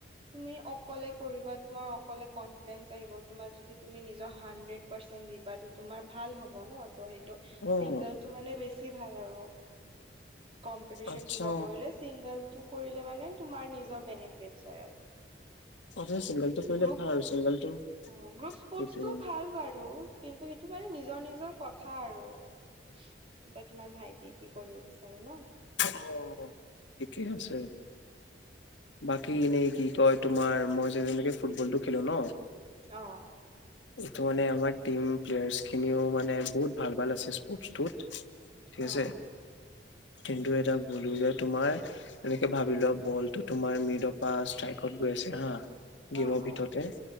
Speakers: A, on the right; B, on the left.
A: তুমি অকলে কৰিবা তোমাৰ অকলে কনফিডেন্স আহিব তুমাৰ যদি তুমি নিজৰ হান্ড্ৰেড পাৰ্চেন্ট দিবাটো তোমাৰ ভাল হ'ব ন ত সেইটো
B: অ',
A: চিংগলটো মানে বেছি ভাল আৰু। কম্পিটিচন
B: আচ্ছা
A: কিবা কৰিলে চিংগলটো কৰিলে মানে তোমাৰ নিজৰ বেনিফেটচ হয় আৰু।
B: অ', অ', চিংগলটো কৰিলে
A: গ্ৰুপ
B: ভাল আৰু চিংগলটো
A: অ গ্ৰুপ স্পৰ্টছটো
B: সেইটোৱে
A: ভাল বাৰু কিন্তু সেইটো মানে নিজৰ নিজৰ কথা আৰু এতিয়া তোমাৰ ভাইটিয়ে কি কৰিব বিচাৰে ন।
B: অ একেই হৈছে বাকী ইনে কি তই তোমাৰ মই যে তেনেকে ফুটবলটো খেলো ন
A: অ
B: এইটো মানে আমাৰ টিম প্লেয়াৰ্চ খিনিও মানে বহুত ভাল ভাল আছে স্পৰ্টছটোত। ঠিক আছে
A: অ
B: কিন্তু এটাক বলো যে তোমাৰ এনেকে ভাবি লোৱা বল ত তোমাৰ মিডপা ষ্ট্ৰাইকত গৈ আছে হা। গেমৰ
A: অ
B: ভিতৰতে
A: অ